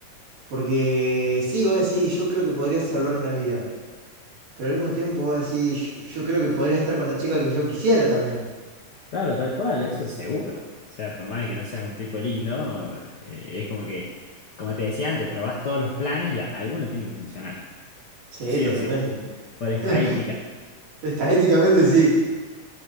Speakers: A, on the right; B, on the left.
A: Porque sí, vos decís, yo creo que podría salvar una vida, pero al mismo tiempo vos decís, yo creo que podría estar con la chica que yo quisiera también.
B: Claro, tal cual, eso es seguro. O sea, por más que no seas un tipo lindo, eh, es como que, como te decía antes, probás todos los planes y a- alguno tiene que funcionar.
A: Sí,
B: Sí
A: totalmente.
B: o sí, por estadística.
A: <laughs> Está sí.